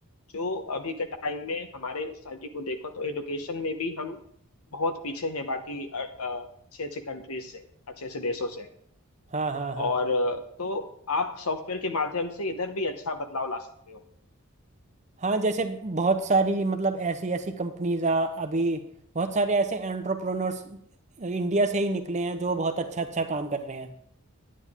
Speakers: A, on the left; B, on the right.
A: जो अभी के टाइम में हमारे सोसाइटी को देखो तो एडुकेशन में भी हम बहुत पीछे हैं बाकी अ, अ, अच्छे अच्छे कंट्रीज से अच्छे अच्छे देशों से
B: हाँ हाँ हाँ
A: और अ, तो आप सॉफ्टवेयर के माध्यम से इधर भी अच्छा बदलाव ला सकते हो
B: हाँ जैसे बहुत सारी मतलब ऐसी ऐसी कंपनीज आ अभी बहुत सारे ऐसे एंटरप्रेन्योर्स इंडिया से ही निकले हैं जो बहुत अच्छा अच्छा काम कर रहे हैं